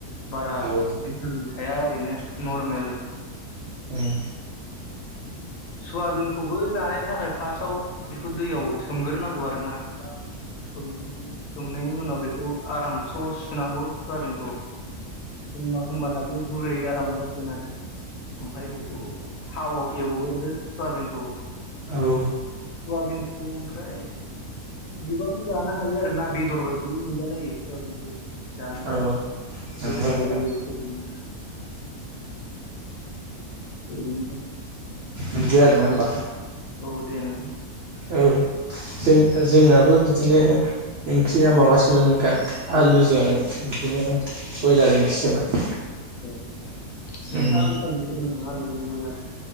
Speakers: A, on the left; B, on the right.
A: बारा
B: औ
A: भिटामिन थाया ओरैनो नरमेल
B: उम
A: सयाबिनखौबो जानायनि थाखाय फासआव बेखौ दैयाव सोमग्रोनांगौ आरो ना बा <unintelligible> सोमनायनि उनाव बेखौ आराम स्र सुनांगौ सयाबिनखौ होनबा होमबाना बे गुरै आराम जासिगोन आरो ओमफाय बेखौ थावआव एवगोरदो सआबिनखौ
B: औ
A: सवाबिनखौ ओमफ्राय गोबां जानो हायो आरो ना बेदर बायदिबो मोनजालायो सुवाबिनखो जानोबा
B: औ
A: गोथाव
B: नंगौ नोंथां
A: <unintelligible> <unintelligible>
B: बिदि आरोना होमबा
A: औ दे नोंथां
B: औ जों ओ जोंनाबो बिदिनो ओंख्रिया माबासोमोन नोंथां आलुजों बिदिनो बयलार ओंख्रिसोमोन
A: उम नोंथाङा
B: उम
A: गोथाव मोनथारो नामा आलुजों बयलार?